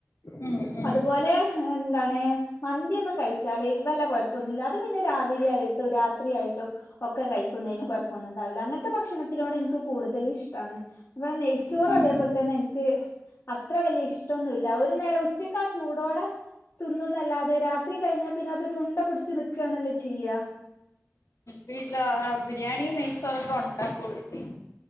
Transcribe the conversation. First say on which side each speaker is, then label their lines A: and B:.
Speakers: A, on the left; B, on the left.
A: ഉം ഉം
B: അതുപോലെ എന്താണ് പിന്നെ മന്തിയൊന്നും കഴിച്ചാല് വല്ല കുഴപ്പൊന്നുമില്ല അത് പിന്നെ രാവിലെ ആയിട്ടോ രാത്രിയായിട്ടോ ഒക്കെ കഴിക്കുന്നതിന് കുഴ കുഴപ്പമൊന്നും ഉണ്ടാവില്ല അങ്ങനത്തെ ഭക്ഷണത്തിനോട് എനിക്ക് കൂടുതല് ഇഷ്ടാണ്. അപ്പ നെയ്ച്ചോറ്
A: ഉം
B: അതേപോലെ
A: ഉം
B: തന്നെ എനിക്ക് അത്ര വല്യ ഇഷ്ട്ടോന്നുല്ല ഒരു നേരം ഉച്ചക്ക് ആ ചൂടോടെ തിന്നുന്നല്ലാതെ രാത്രി കഴിഞ്ഞാ പി ന്നെ അതൊരു ഉണ്ട പിടിച്ച് നിക്കാണല്ലേ ചെയ്യാ
A: വീട്ടിലാ ബിരിയാണി നെയ്ച്ചോറൊക്കെ ഉണ്ടാക്കുവോ വീട്ടിൽ